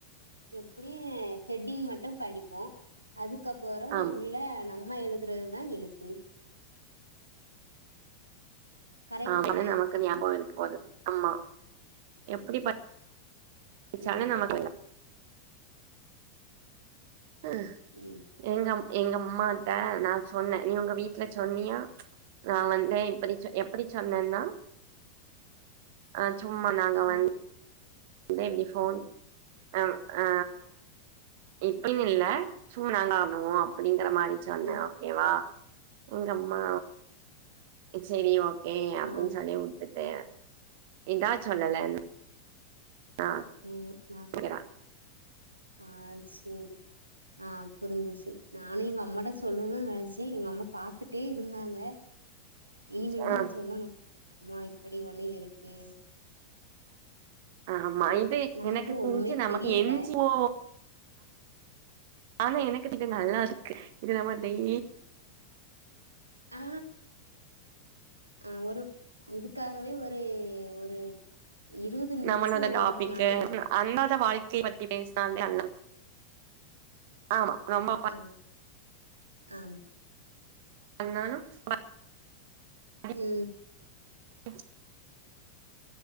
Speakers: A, on the right; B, on the right.
A: அப்படியே ஹெட்டிங் மட்டும் படிப்போ அதுக்கப்புற
B: ஆம்
A: உள்ள நம்மா எழுதுறது தா எழுத்து கரெக்டு
B: ஆமா
A: தானே
B: நமக்கு ஞாபகம் இருக்க போகுது ஆமா எப்படி பாடிச்சாளு
A: ம்
B: நமக்கு எல்லாம் ம்
A: ம்
B: எங்க எங்க அம்மாட்ட நான் சொன்னே நீ உங்க வீட்டுல சொன்னியா நான் வந்து இப்படி எப்படி சொன்னேன்னா அ சும்மா நாங்க
A: ஆ
B: வந்து <unintelligible> அ ஆ இப்டினு இல்லை சு நாங்க ஆண்ணுவோம் அப்படின் இருக்குற மாரி சொன்னே
A: ம்
B: ஓகேவா எங்க அம்மா செரி ஓகே ஏ அப்படின்னு
A: ஆ
B: சொல்லி விட்டுட்டு இதா சொல்லல ஆ
A: உம் நா
B: கேக்குறா
A: ஆ சரி ஆ புரிஞ்சுச்சி நானும் எங்க அம்மாட்ட சொல்லுனு ச்ச எங்க அம்மா பாத்துட்டே இருந்தாங்க இனிமே
B: ஆ
A: தான் ந சொல்லணு அப்டி ஒன்னு இருக்கு
B: ஆமா
A: ம்
B: இது
A: நமக்கு
B: எனக்கு தெரிஞ்சு
A: ஒண்ணுமே
B: நமக்கு
A: தெரியல
B: <unintelligible> வோ ஆனா எனக்கு இதுக்கு நல்லாருக்கு இது நாம டெய்லி
A: ஆ ஆ ஒரு இதுக்காகவே ஒரு ஒரு இருவது நிமிஷோ
B: நம்மளோட டாப்பிக்கு
A: ஒதுக்குனாலே போது
B: அந்தாத <inaudible> வாழ்க்கைய பத்தி பேசினாலே <unintelligible> ஆமா ரொம்ப
A: ஆ ஆ
B: அண்ணா னு <inaudible>
A: ம்
B: <unintelligible>